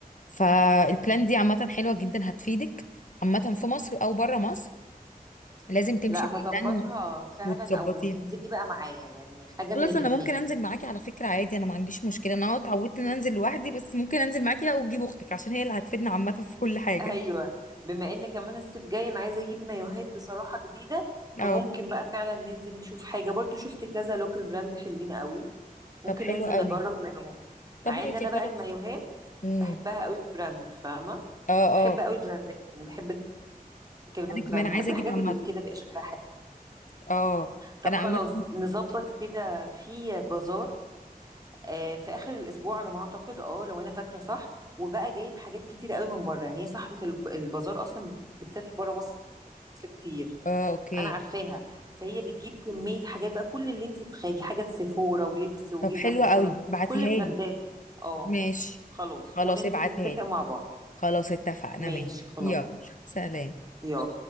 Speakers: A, on the left; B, on the right.
A: فالبلان دي عامة حلوة جدا هتفيدك عامة في مصر او بره مصر لازم تمشي
B: لا
A: بلان
B: هظبطها فعلا
A: وتظبطيه
B: او تنزلي بقى معايا يعني حاجه
A: خلاص
B: من الاتنين
A: انا ممكن انزل معاكي على فكرة عادي انا ما عنديش مشكلة انا آه، اتعودت ان أنا انزل لوحدي بس ممكن انزل معاكي بقى وتجيب اختك عشان هي اللي هتفيدنا عامة في كل حاجة
B: ايوه بما ان كمان الصيف جاي انا عايزه اجيب مايوهات بصراحه جديده
A: <laughs>
B: فممكن
A: اه
B: بقى فعلا ننزل نشوف حاجه برضو شفت كذا لوكال براند حلوين قوي ممكن
A: طب حلو
B: ننزل
A: قوي
B: نجرب منهم
A: طب
B: مع
A: ماشي
B: ان انا
A: خلاص
B: بقى المايوهات
A: امم
B: بحبها قوي براند فاهمه
A: اه
B: بحب
A: اه
B: قوي البراندات يعني بحب كيلفن
A: انا
B: كلاين
A: كمان عايزه
B: بحب الحاجات
A: اجيب عامه
B: اللي كده بيبقى شكلها حلو
A: اه
B: طب
A: انا
B: خلاص
A: عامه
B: نظبط كده في بازار آه، في اخر الاسبوع على ما اعتقد اه لو انا فاكره صح وبقى جايب حاجات كتير قوي من بره يعني هي صاحبه الب- البازار اصلا بتسافر بره مصر كتير
A: اه اوكي
B: انا عارفاها فهي بتجيب كميه حاجات بقى كل اللي انت تتخيليه حاجات سيفورا ولبس وجزم
A: طب حلوه
B: وشنط
A: قوي بعتيها
B: كل براندات
A: لي
B: اه
A: ماشي
B: خلاص
A: خلاص
B: وننزل
A: ابعتها
B: نتفق
A: لي
B: مع بعض
A: خلاص اتفقنا
B: ماشي
A: ماشي
B: خلاص
A: يلا سلام
B: يلا